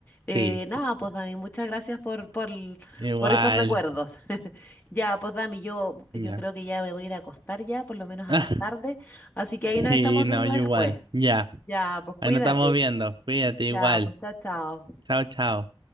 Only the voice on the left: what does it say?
eh,
nada, pues Dami, muchas gracias por, por,
por esos recuerdos. <laughs> Ya, pues Dami, yo, yo
creo que ya me voy a ir a acostar ya, por lo menos
acá es tarde. Así que ahí
nos estamos
viendo
después.
Ya, pues cuídate.
Ya, pues chao, chao.